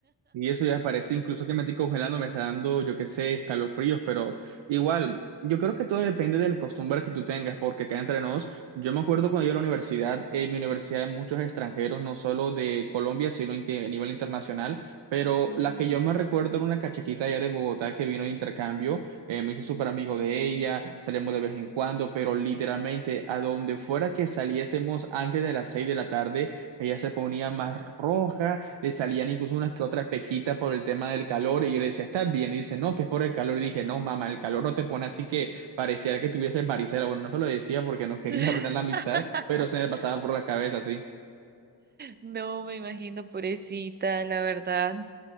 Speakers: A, on the right; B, on the right.
A: Y eso ya parece, incluso que me estoy congelando, me está dando, yo qué sé, escalofríos, pero igual, yo creo que todo depende de la costumbre que tú tengas, porque acá entre nos, yo me acuerdo cuando yo a la universidad, en mi universidad hay muchos extranjeros, no solo de Colombia, sino inte- a nivel internacional, pero
B: <laughs>
A: la que yo me recuerdo era una cachaquita allá de Bogotá que vino de intercambio, eh, me hice súper amigo de ella, salimos de vez en cuando, pero literalmente a donde fuera que saliésemos antes de las seis de la tarde, ella se ponía más roja le salían incluso unas que otras pequitas por el tema del calor y yo le decía, ¿estás bien? Y dice, no, que es por el calor. Y dije, no, mamá, el calor no te pone así que parecía que tuviese varicela. Bueno, no se lo decía porque no quería
B: <laughs>
A: <laughs> arruinar la amistad, pero se me pasaba por la cabeza, sí.
B: No me imagino, pobrecita, la verdad.